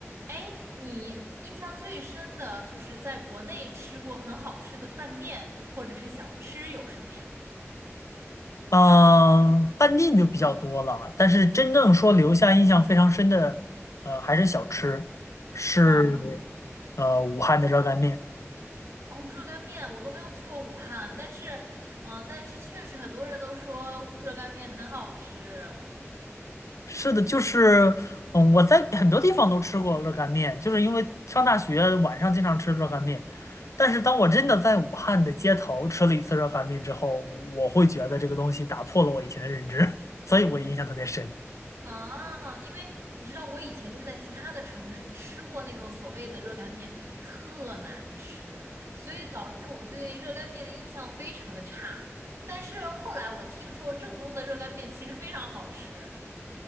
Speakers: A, on the right; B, on the left.
A: 哎，你印象最深的就是在国内吃过很好吃的饭店或者是小吃有什么呀？
B: 嗯，饭店就比较多了，但是真正说留下印象非常深的，呃，还是小吃，是
A: 哦，
B: 呃武汉的热干面。
A: 哦，热干面我都没有去过武汉，但是，嗯、但是确实很多人都说热干面很好吃
B: 是的，就是嗯，我在很多地方都吃过热干面，就是因为上大学晚上经常吃热干面。但是当我真的在武汉的街头吃了一次热干面之后，我会觉得这个东西打破了我以前的认知，<laughs> 所以我印象特别深。
A: 啊，因为你知道我以前就是在其他的城市吃过那种所谓的热干面，特难吃，所以导致我对热干面的印象非常的差。但是后来我听说正宗的热干面其实非常好吃。